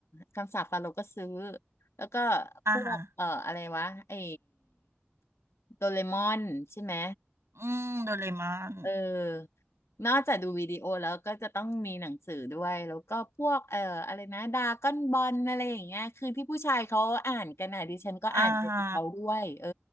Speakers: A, on the left (about 85°); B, on the right (about 85°).
A: คำสาปฟาโรห์ก็ซื้อแล้วก็
B: อ่าฮะ
A: พวกเอ่ออะไรวะไอ้โดเรมอนใช่ไหม
B: อืมโดเรมอน
A: เออ นอกจากดูวิดีโอแล้วก็จะต้องมีหนังสือด้วยแล้วก็พวกเอ่ออะไรนะดราก้อนบอลอะไรอย่างเงี้ยคือที่ผู้ชายเขาอ่านกันนะดิฉันก็อ่านไปกับเขาด้วยเออ
B: อ่าฮะ